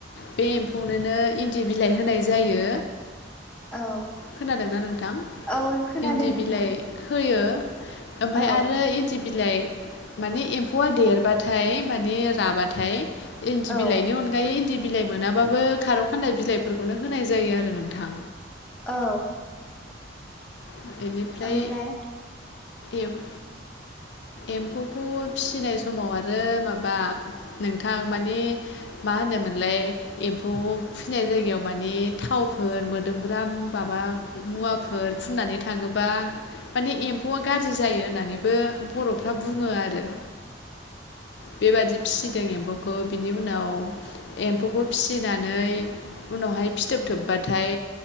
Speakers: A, on the left; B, in the centre.
A: बे एम्फौनोनो इन्दि बिलाइ होनाय जायो।
B: औ
A: खोनादों ना नोंथां?
B: औ खोनादों
A: इन्दि
B: नोंथां
A: बिलाइ होयो ओमफाय
B: औ
A: आरो इन्दि बिलाइ माने एम्फौवा देरबाथाय माने राबाथाय इन्दि
B: औ
A: बिलाइनि अनगायै इन्दि बिलाइ मोनाबाबो खारौ खान्दाय बिलाइफोरखौनो होनाय जायो आरो नोंथां।
B: औ।
A: बेनिफ्राय
B: ओमफ्राय
A: एम
B: <inaudible>
A: एम्फौखौ फिसिनाय समाव आरो माबा नोंथां माने मा होनो मोनलाय एम्फौ फिसिनाय जायगायाव माने थावफोर मोदोमग्राम बाबा मुवाफोर फुननानै थाङोबा माने एम्फौआ गाज्रि जायो होननानैबो बर'फ्रा बुङो आरो
B: <unintelligible>
A: बेबादि फिसिदों एम्फौखो। बिनि उनाव एम्फौखौ फिसिनानै उनाव हाय फिथोब थोबबाथाय